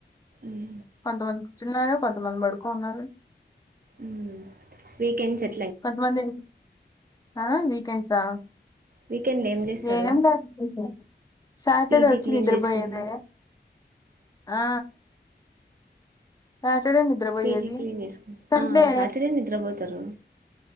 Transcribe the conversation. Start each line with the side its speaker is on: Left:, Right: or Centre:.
Right: ఉమ్.
Left: కొంతమంది కూర్చున్నారు కొంతమంది పడుక్ కొన్నారూ
Right: ఊమ్ వీకెండ్సే ఎట్ల్
Left: కొంతమంది ఆ వీకెండ్సా
Right: వీకెండ్లో ఏం చేస్తారు
Left: ఏమి బాగాలేవ్ సాటర్డే
Right: పీజీ
Left: వచ్చి
Right: క్లీన్
Left: నిద్రపోయేదే
Right: చేసుకొని
Left: ఆ సాటర్డే నిద్ర పోయేది
Right: పీజీ క్లీన్ చేసుకొని
Left: సండే
Right: ఆ, సాటర్డే నిద్రపోతారు